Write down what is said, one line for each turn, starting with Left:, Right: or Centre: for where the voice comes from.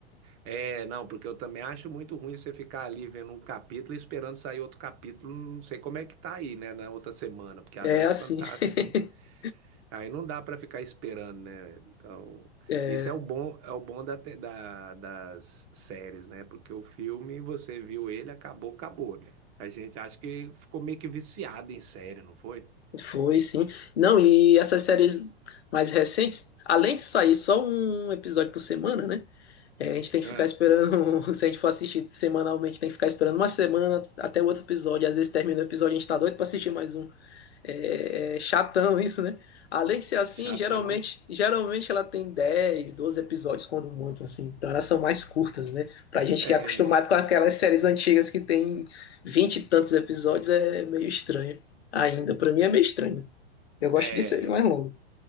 Right: É, não, porque eu também acho muito ruim você ficar ali vendo um capítulo e esperando sair outro capítulo. Não sei como é que tá aí, né, na outra semana, porque às
Left: É
Right: vezes
Left: assim.
Right: quando tá
Left: <laughs>
Right: assim, aí não dá pra ficar esperando, né? Então,
Left: É,
Right: isso é o bom, é o bom da, te- da- das séries, né? Porque o filme, você viu ele, acabou, acabou, né? A gente acha que ficou meio que viciado em série, não foi?
Left: foi sim. Não, e essas séries mais recentes, além de sair só um episódio por semana, né? É, a gente tem que
Right: Ah,
Left: ficar esperando, <laughs> se a gente for assistir semanalmente, tem que ficar esperando uma semana até o outro episódio. Às vezes termina o episódio, a gente tá doido pra assistir mais um. É, é chatão isso, né? Além de ser assim,
Right: chatão.
Left: geralmente, geralmente ela tem 10 12 episódios, quando muito, assim. Então elas são mais curtas, né? Pra gente
Right: É,
Left: que é acostumado com aquelas séries antigas que tem 20 e tantos episódios, é meio estranho ainda. Pra mim é meio estranho.
Right: <clears throat>
Left: Eu gosto
Right: é,
Left: de série mais longa.